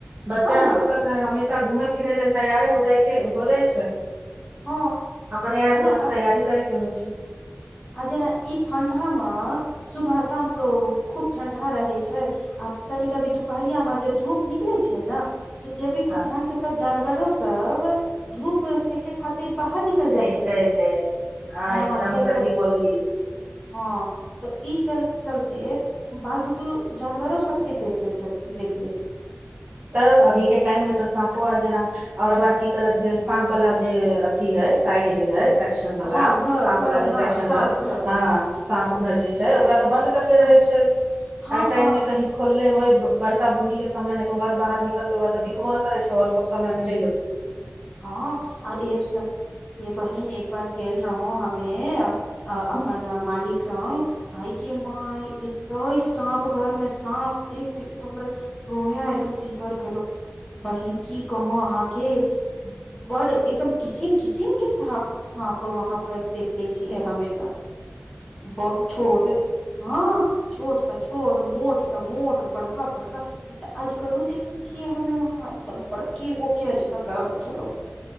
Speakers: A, on the right; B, on the left.
A: बच्चा
B: है न
A: के कखनो हमेशा घूमे फिरै लेल तैयारे हो जाइ हो जाइ छै
B: हँ
A: अपने आर
B: न
A: के बस तैयारी करे के होय छै
B: आ जेना ई ठंडा मे सुबह शाम तो खूब ठंडा रहे छै आ तनिक अभी दुपहरियामे जे धूप निकलैत छै ने तऽ जैविक
A: हाँ
B: उद्यानो के सब जानवरो सब धूप सेके खातिर बाहर निकल
A: से
B: जाइ छथिन
A: करि ले
B: हँ
A: एकदम
B: से
A: सही बोललियै
B: हँ तऽ ई चल चलते बाल बुतुरु जानवरो सबके देखले देखले
A: तब अभी के टाइम मे तऽ साँपो आर जेना और बार की करत जे साँप वाला जे अथी है साइड जे है सेक्शन वला
B: हँ घर
A: साँप
B: घर
A: वला जे सेक्शन
B: हँ साँप
A: रह
B: घर
A: हँ साँप घर जे छै ओकरा तऽ बंद करले
B: हँ
A: रहे छै
B: हँ
A: एहि टाइम
B: हँ
A: में कही खोलेहइ वर्षा बुन्नी के समय ह तोहर बाहर निकलते आर तऽ दिखबो ने करै छै आओर सब समय मे जइयौ
B: हँ आ एब सख ए बहिन एक बार गेल रहौं हम्मे अपन
A: हँ
B: मलिक संग आइ गे माई तै साँप घर मे साँप देख देख तो हमर रोयां एकदम सिहर गेलौ बहिन की कहों अहाँके बड्ड एकदम किसिम किसिम के साँप साँप वहाँ पर देख ले छियै हम्मे तऽ ब छोट हँ छोट तऽ छोट मोट तऽ मोट बड़का बड़का एकटा अजगरो देखले छियै हम्मे वहाँ एकदम बड़केगो के अजगर रहल छलौ